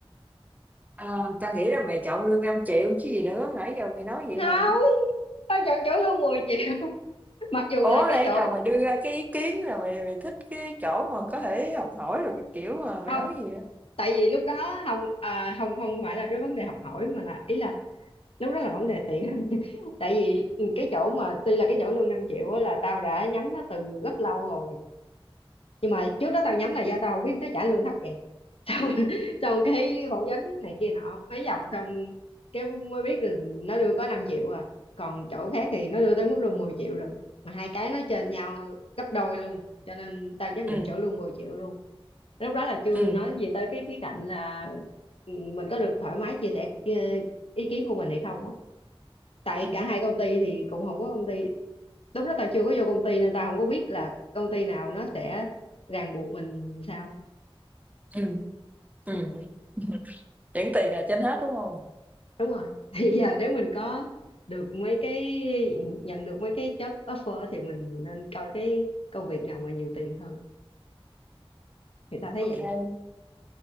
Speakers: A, on the right; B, on the left.
A: Ờ, tao nghĩ là mày chọn lương năm triệu chứ gì nữa, nãy giờ mày nói vậy
B: không
A: mà.
B: tao chọn chỗ lương mười triệu <laughs> mặc dù
A: Ủa,
B: là cái
A: nãy
B: chỗ
A: giờ mày đưa ra cái ý kiến là mày mày thích cái chỗ mà có thể học hỏi rồi cái kiểu mà, mày
B: không
A: nói gì vậy?
B: tại vì lúc đó không à, không không phải là cái vấn đề học hỏi mà là ý là lúc đó là vấn đề tiền <laughs> tại vì ừ, cái chỗ mà tuy là cái chỗ lương 5 triệu á là tao đã nhắm nó từ rất lâu rồi nhưng mà trước đó tao nhắm là do tao không biết nó trả lương thấp vậy xong <laughs> xong cái phỏng vấn này kia nọ mấy vòng xong cái mới biết là nó đưa có 5 triệu à còn chỗ khác thì nó đưa tới mức luôn 10 triệu rồi mà hai cái nó trên nhau gấp đôi luôn cho nên tao chấp nhận
A: ừ
B: chỗ luôn 10 triệu luôn lúc đó là chưa
A: ừ
B: nói gì tới cái khía cạnh là ừ, mình có được thoải mái chia sẻ ừ, ý kiến của mình hay không á tại
A: ừ
B: cả hai công ty thì cũng không có công ty lúc đó tao chưa có vô công ty nên tao không có biết là công ty nào nó sẽ ràng buộc mình sao
A: ừm, ừm,
B: ừ,
A: vẫn tiền là trên hết, đúng không?
B: đúng rồi <laughs> thì giờ nếu mình có được mấy cái nhận được mấy cái job offer thì mình nên coi cái công việc nào mà nhiều tiền hơn thì tao thấy
A: Ok
B: vậy
A: ok